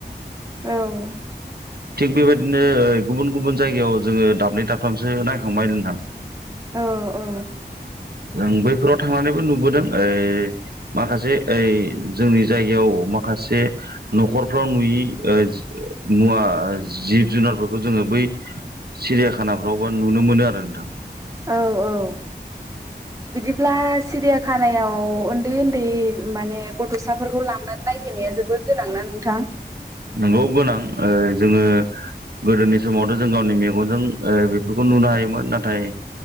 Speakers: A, on the right; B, on the right.
A: औ
B: थिग बेबायदिनो गुबुन गुबुन जायगायाव जोङो दाबनै दाबथामसो नायखांबाय नोंथां।
A: औ औ।
B: जों बैफोराव थांनानैबो नुबोदों ओइ माखासे ओइ जोंनि जायगायाव माखासे न'खरफ्राव नुयि ओ मुवा जिब जुनारफोरखौ जोङो बै सिरियाखानाफ्रावबा नुनो मोनो आरो नोंथां।
A: औ औ बिदिब्ला सिरियाखानायाव उन्दै उन्दै माने गथ'साफोरखौ लांनानै नायहोनाया जोबोद गोनांना नोंथां?
B: नंगौ गोनां ओ जोङो गोदोनि समावथ' जों गावनि मेगनजों ओ बेफोरखौ नुनो हायोमोन, नाथाय